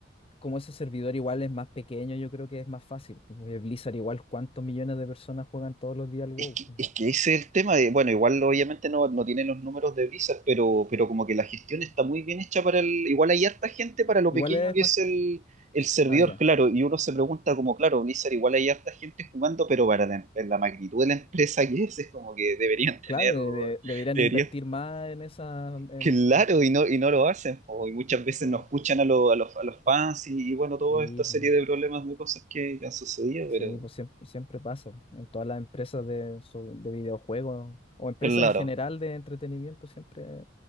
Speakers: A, on the left; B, on the right.
A: como ese servidor igual es más pequeño, yo creo que es más fácil. pues, Porque Blizzard igual cuántos millones de personas juegan todos los días al WoW.
B: Es que, es que ese es el tema de, bueno, igual obviamente no, no tiene los números de visas, pero, pero como que la gestión está muy bien hecha para el, igual hay harta gente para lo
A: Igual
B: pequeño
A: es
B: que
A: más.
B: es el, el servidor,
A: Ah, ya.
B: claro, y uno se pregunta como, claro, Blizzard igual hay harta gente jugando, pero para la, la magnitud de la empresa que es, es como que deberían tener,
A: Claro, de- de- deberían
B: deberían,
A: invertir más en esa. En...
B: claro, y no, y no lo hacen, po, y muchas veces
A: Oh,
B: no escuchan a, lo- a los, a los fans y, y bueno, toda
A: sí,
B: esta serie
A: pues,
B: de problemas de cosas que han sucedido,
A: sí,
B: pero
A: pues siem- siempre, pasa. En todas las empresas de, sobre- de videojuegos o empresas
B: claro.
A: en general de entretenimiento siempre